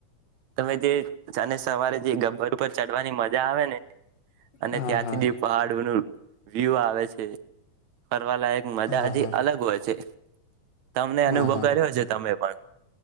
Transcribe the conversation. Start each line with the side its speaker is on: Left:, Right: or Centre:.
Right: તમે જે અનેને સવારે જે ગબ્બર ઉપર ચડવાની મજા આવે ને અને
Left: હા
Right: ત્યાંથી
Left: હા હા
Right: જે પહાડોનું વ્યુ આવે છે કરવા લાયક મજા
Left: હા
Right: જ
Left: હા
Right: અલગ હોય છે તમને અનુભવ
Left: હા હા
Right: કર્યો છે તમે પણ